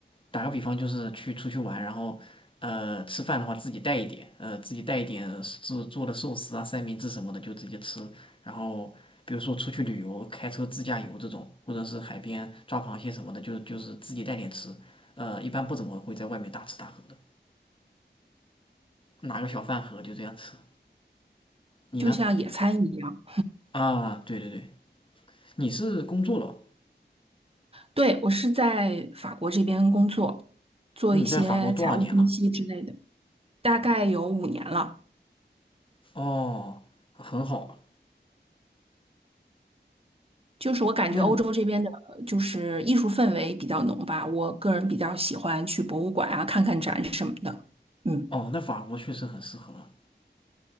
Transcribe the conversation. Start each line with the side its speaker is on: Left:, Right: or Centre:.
Left: 打个比方，就是去出去玩，然后呃吃饭的话自己带一点，呃自己带一点做做的寿司啊、三明治什么的就直接吃。然后比如说出去旅游，开车自驾游这种，或者是海边抓螃蟹什么的，就就是自己带点吃。呃，一般不怎么会在外面大吃大喝的，拿个小饭盒就这样吃。你呢？
Right: 就像野餐一样。
Left: 啊，对对对，你是工作了？
Right: 对，我是在法国这边工作，做一些财务分析之类的，
Left: 你在法国多少年了？
Right: 大概有五年了。
Left: 哦，很好啊
Right: 就是我感觉欧洲这边的，
Left: 那你
Right: 就是艺术氛围比较浓吧。我个人比较喜欢去博物馆啊，看看展什么的。嗯，
Left: 哦，那法国确实很适合了